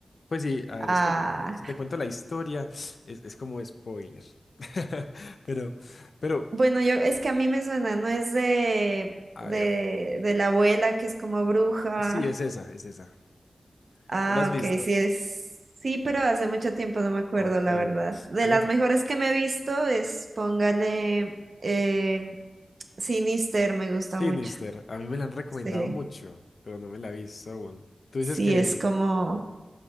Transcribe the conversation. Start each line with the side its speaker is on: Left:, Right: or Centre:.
Left: Pues sí, a ver,
Right: Ah,
Left: es que si te cuento la historia, es, es como spoiler. <laughs> Pero, pero,
Right: bueno, yo es que a mí me suena, no es de,
Left: a
Right: de,
Left: ver,
Right: de la abuela que es como bruja.
Left: sí, es esa, es esa.
Right: Ah,
Left: ¿Te la has visto?
Right: ok, sí es. Sí, pero hace mucho tiempo no me acuerdo,
Left: Ah, Ok.
Right: la verdad. De
Left: A mí,
Right: las
Left: me fa-
Right: mejores que me he visto es, póngale, eh, Sinister, me gusta
Left: Sinister,
Right: mucho.
Left: a mí me la han recomendado
Right: Sí,
Left: mucho, pero no me la he visto aún. Tú dices
Right: sí,
Left: que
Right: es como.